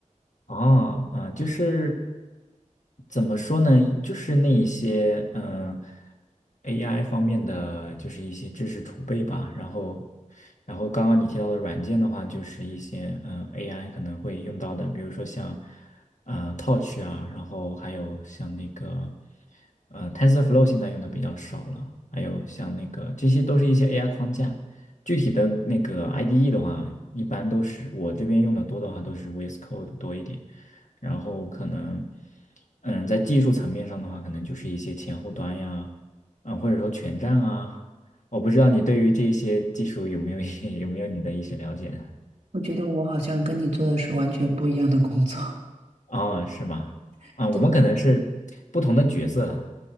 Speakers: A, on the left; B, on the right.
A: 哦，嗯，就是怎么说呢？就是那一些嗯、AI 方面的，就是一些知识储备吧。然后，然后刚刚你提到的软件的话，就是一些嗯、AI 可能会用到的，比如说像啊 Touch 啊，然后还有像那个呃 TensorFlow 现在用的比较少了，还有像那个这些都是一些 AI 框架。具体的那个 IDE 的话，一般都是我这边用的多的话都是 VS Code 多一点，然后可能，嗯，在技术层面上的话，可能就是一些前后端呀，嗯，或者说全站啊，我不知道你对于这些技术有没有 <laughs> 有没有你的一些了解呢？
B: 我觉得我好像跟你做的是完全不一样的工作。
A: 哦，是吗？
B: <laughs>
A: 啊，我们可能是不同的角色了
B: 对